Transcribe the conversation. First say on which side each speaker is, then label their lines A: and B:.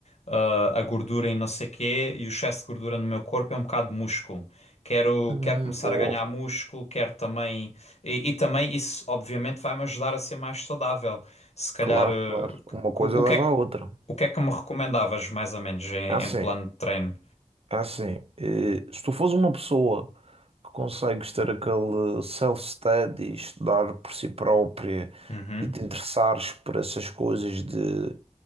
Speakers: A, on the left; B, on the right.
A: ah, a gordura em não sei quê e o excesso de gordura no meu corpo é um bocado de músculo. Quero,
B: Hum,
A: quero começar
B: boa,
A: a ganhar músculo, quero também. E, e também isso, obviamente, vai-me ajudar a ser mais saudável. Se calhar,
B: claro,
A: ah,
B: claro. Uma coisa
A: co- o
B: leva
A: que é que,
B: à outra.
A: o que é que me recomendavas, mais ou menos, em,
B: É Assim,
A: em plano de treino?
B: É assim, eh, se tu fores uma pessoa que consegues ter aquele self-study, estudar por si própria
A: Uhum.
B: e te interessares por essas coisas de